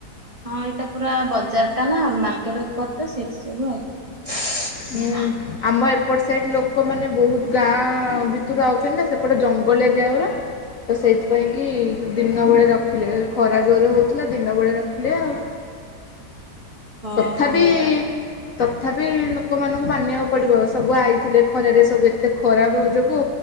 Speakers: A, on the right; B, on the left.
A: ହଁ ଏଇଟା ପୁରା ବଜାର ଟା ନା ମାର୍କେଟ ଉପର। ତ ସେଥି ଯୋଗୁ ଆଉ। <unintelligible>
B: ହୁଁ ଆମ ଏପଟ ସାଇଟ୍ ଲୋକମାନେ ବହୁତ୍ ଗାଁ ଭିତୁରୁ ଆଉଚନ୍ତି ନା ସେପଟେ ଜଙ୍ଗଲିଆ ଯା ଗୁରା। ତ ସେଇଥିପାଇଁ କି ଦିନ ବଳେ ରଖିଲେ ଏ ଖରା ଜୋରେ ହଉଥିଲା ଦିନ ବଳେ ରଖିଲେ ଆଉ।
A: ଓହୋ
B: ତଥାପି ତଥାପି ଲୋକମାନଙ୍କୁ ମାନିଆକୁ ପଡିବ ସବୁ ଆଇଥିଲେ ଖରାରେ ସବୁ ଏତେ ଖରା ବୁ ଯୋଗୁ।